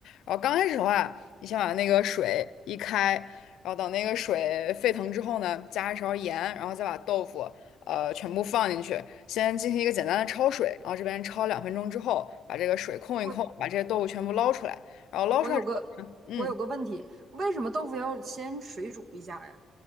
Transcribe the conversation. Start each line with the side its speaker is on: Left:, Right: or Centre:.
Left: 然后刚开始的话，你先把那个水一开，然后等那个水沸腾之后呢，加一勺盐，然后再把豆腐呃全部放进去，先进行一个简单的焯水，然后这边焯两分钟之后，把这个水控一控，
Right: 我
Left: 把这些豆腐全部捞出来，然后捞出来之后呢，
Right: 我有个
Left: 嗯，
Right: 我有个问题，为什么豆腐要先水煮一下呀？